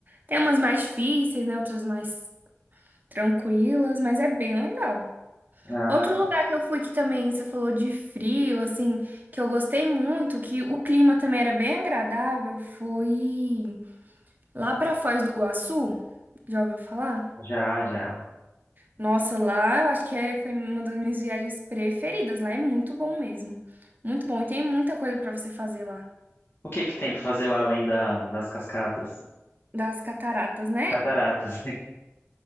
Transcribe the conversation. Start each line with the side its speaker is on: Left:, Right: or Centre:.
Right: tem umas mais difíceis, né? Outras mais tranquilas, mas é bem legal.
Left: Ah,
Right: Outro lugar que eu fui que também você falou de frio, assim, que eu gostei muito, que o clima também era bem agradável, foi lá pra Foz do Iguaçu. Já ouviu falar?
Left: já, já.
Right: Nossa, lá eu acho que é- foi uma das minhas viagens preferidas. Lá é muito bom mesmo. Muito bom. E tem muita coisa pra você fazer lá.
Left: O que que tem para fazer lá além da- das cascatas?
Right: Das cataratas, né?
Left: Cataratas. <laughs>